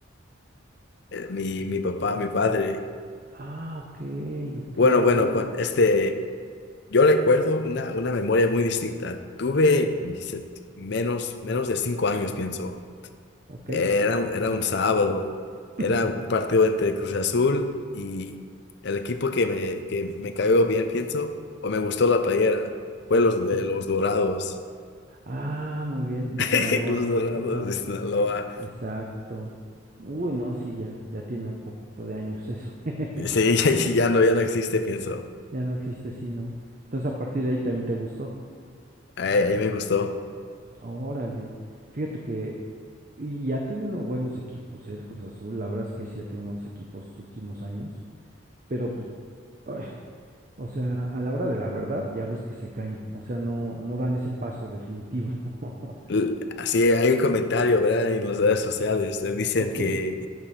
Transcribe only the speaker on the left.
Eh, mi, mi papá, mi padre.
Bueno,
bueno, cua- este, yo recuerdo una, una memoria muy distinta. Tuve
dice, menos, menos de cinco años, pienso.
Era, un- era un sábado, era
un partido entre Cruz Azul y el equipo que me, que me cayó bien, pienso, o me gustó la playera, fue los de
los Dorados,
<laughs>
los Dorados
de Sinaloa.
Sí, <laughs> ya, ya no, ya no existe, pienso.
Ahí, ahí me gustó.
L- Así hay un comentario, ¿verdad? En las redes sociales. le Dicen
que,